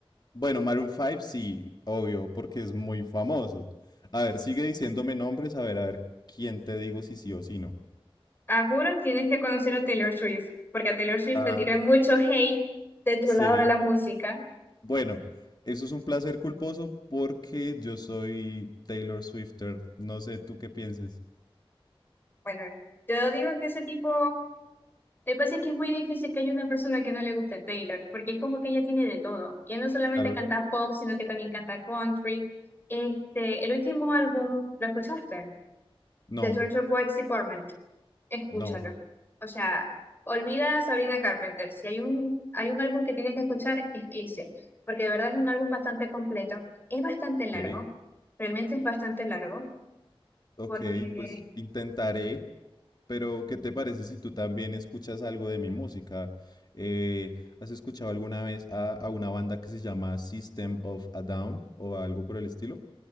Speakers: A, on the left; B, on the left.
A: Bueno, Maroon 5 sí, obvio, porque es muy famoso. A ver, sigue diciéndome nombres, a ver, a ver quién te digo si sí o si no.
B: Ah, juro, tienes que conocer a Taylor Swift, porque a Taylor Swift
A: Ah,
B: le tiran mucho hate de tu
A: Sí.
B: lado de la música.
A: Bueno, eso es un placer culposo porque yo soy Taylor Swifter. No sé tú qué pienses.
B: Bueno, yo digo que ese tipo. Me parece que es muy difícil que haya una persona que no le guste Taylor, porque es como que ella tiene de todo. Ella no solamente
A: Claro.
B: canta pop, sino que también canta country. Este, el último álbum, ¿lo escuchaste?
A: No,
B: The Torture Poets Department. Escúchalo.
A: no.
B: O sea, olvida a Sabrina Carpenter. Si hay un, hay un álbum que tienes que escuchar, es ese, porque de verdad es un álbum bastante completo. Es bastante largo,
A: Ok,
B: realmente es bastante largo,
A: ok,
B: porque
A: pues intentaré. Pero, ¿qué te parece si tú también escuchas algo de mi música? Eh, ¿has escuchado alguna vez a, a una banda que se llama System of a Down o algo por el estilo?